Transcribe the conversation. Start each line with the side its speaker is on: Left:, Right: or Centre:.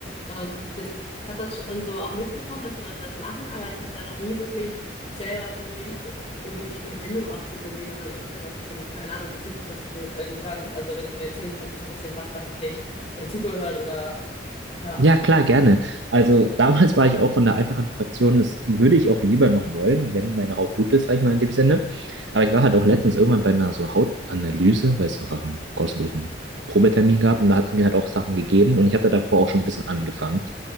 Left: Ähm, das, ich habe das schon so auch mitbekommen, dass Leute das machen, aber ich habe da noch nie wirklich selber für mich irgendwie die Verbindung auch zu gesehen oder sonst irgendwas. Deswegen, keine Ahnung, interessiert mich das, wie du, wenn du sagen, also wenn du mir erzählen könntest, so ein bisschen, was da für dich dazugehört oder ja.
Right: Ja, klar, gerne. Also <laughs> damals war ich auch von der einfachen Fraktion, das würde ich auch lieber noch wollen, wenn meine Haut gut ist, sag ich mal in dem Sinne. Aber ich war halt auch letztens irgendwann bei einer so Hautanalyse, weil es einfach einen kostenlosen Probetermin gab und da hatte mir halt auch Sachen gegeben und ich hatte davor auch schon ein bisschen angefangen.